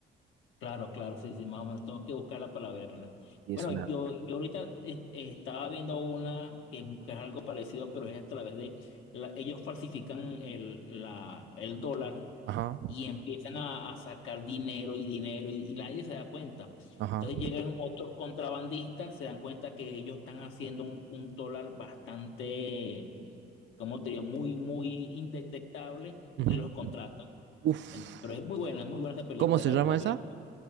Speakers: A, on the left; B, on the right.
A: Claro, claro, sí, sí, más o menos tengo que buscarla para verla.
B: Y es
A: Bueno,
B: una.
A: yo, yo ahorita eh, eh, estaba viendo una que, es que es algo parecido, pero es a través de la- ellos falsifican el, la, el dólar
B: Ajá,
A: y empiezan a, a sacar dinero y dinero y, y nadie se da cuenta.
B: ajá.
A: Entonces llegan otros contrabandistas, se dan cuenta que ellos están haciendo un, un dólar bastante, ¿cómo te digo? Muy, muy indetectable
B: ujú.
A: y los contratan.
B: Uf.
A: En- Pero es muy buena, es muy buena esa película,
B: ¿Cómo se
A: la
B: llama
A: verdad.
B: esa?
A: Yo la